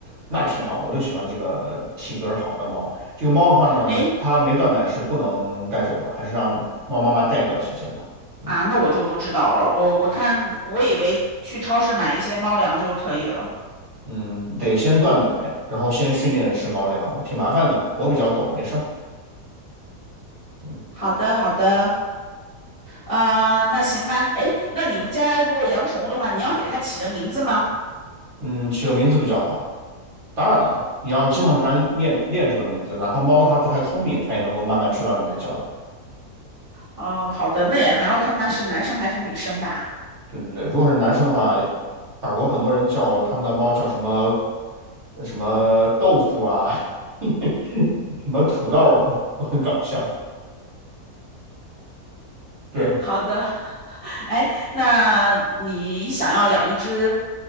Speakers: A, on the right (about 50°); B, on the left (about 30°).
A: 那挺好，我就喜欢这个体格儿好的猫。这个猫的话呢，
B: 哎，
A: 它没断奶是不能带走的，还是让猫妈妈带一段时间吧。嗯
B: 啊，那我就不知道了。我我看我以为去超市买一些猫粮就可以了。
A: 嗯，得先断奶，然后先训练吃猫粮，挺麻烦的，我比较懂，没事儿。嗯
B: 好的，好的，呃，那行吧。哎，那你们家如果养宠物的话，你要给它起个名字吗？
A: 嗯，起个名字比较好。当然了，你要经常跟它练练这个名字，哪怕猫它不太聪明，它也能够慢慢知道你在叫它。
B: 哦，好的，那也还要看它是男生还是女生吧。
A: 对对对，如果是男生的话，法国很多人叫他们的猫叫什么呃什么豆腐啊，<laughs> 什么土豆儿都很搞笑。对，
B: 好的，<laughs> 哎，那你想要养一只，